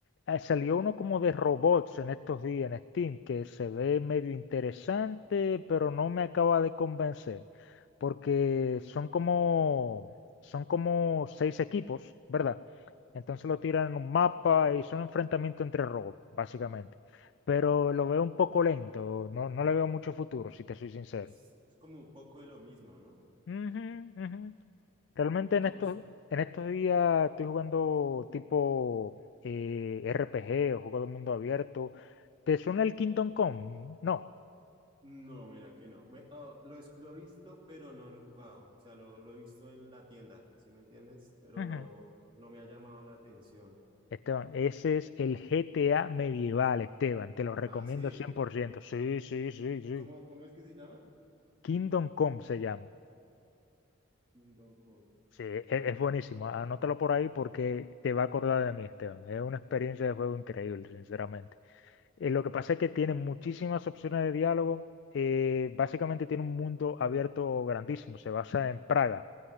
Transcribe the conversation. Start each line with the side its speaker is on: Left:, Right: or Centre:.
Left: Eh, salió uno como de robots en estos días en Steam, que se ve medio interesante, pero no me acaba de convencer, porque son como, son como seis equipos, ¿verdad? Entonces lo tiran en un mapa y son enfrentamientos entre robots, básicamente. Pero lo veo un poco lento, no, no le veo mucho futuro, si te soy sincero.
Right: Es, es como un poco de lo mismo, ¿no?
Left: Ujú, ujú. Realmente
Right: Digamos,
Left: en estos, en estos días estoy jugando tipo eh, RPG o juego de mundo abierto. ¿Te suena el Kingdom Come? No.
Right: no, mira que no. Me- ah, lo, es- lo he visto, pero no lo he jugado. O sea, lo, lo he visto en la tienda, ¿sí me entiendes? Pero
Left: Ujú.
Right: no, no me ha llamado la atención.
Left: Esteban, ese es el GTA medieval, Esteban. Te lo recomiendo
Right: Ah, ¿sí?
Left: cien por ciento Sí, sí, sí, sí.
Right: ¿Cómo, cómo es que se llama?
Left: Kingdom Come se llama.
Right: Kingdom Come.
Left: Sí, e- es, buenísimo. Anótalo
Right: Kingdom.
Left: por ahí porque te va a acordar de mí, Esteban. Es una experiencia de juego increíble, sinceramente. Eh, lo que pasa es que tiene muchísimas opciones de diálogo. eh, básicamente tiene un mundo abierto grandísimo. Se basa en Praga,